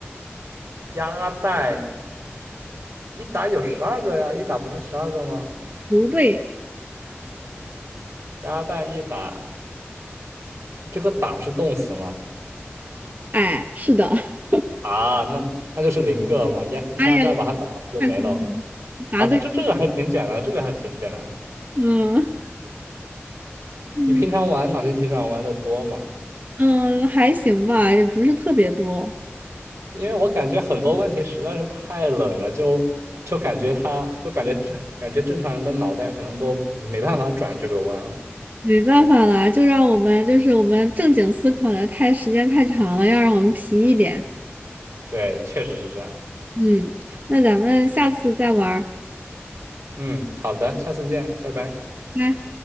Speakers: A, on the right; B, on the right.
A: 鸭蛋一打有十二个呀，一打不是十二个吗？
B: 不对，
A: 鸭蛋一打，这个打是动词吗？
B: 哎，是的。<laughs>
A: 啊，那那就是零个嘛，鸭鸭蛋把它打了就没了嘛。
B: 哎呀，太聪明了，答对。
A: 啊，这这个还挺简单，这个还挺简单的。
B: 嗯嗯
A: 你平常玩脑筋急转弯的多吗？
B: 嗯，还行吧，也不是特别多。
A: 因为我感觉很多问题实在是太冷了，就就感觉他就感觉这感觉正常人的脑袋可能都没办法转这个弯了。
B: 没办法啦，就让我们就是我们正经思考的太时间太长了，要让我们皮一点。
A: 对，确实是这样。
B: 嗯，那咱们下次再玩儿。
A: 嗯，好的，下次见，拜拜。
B: 拜拜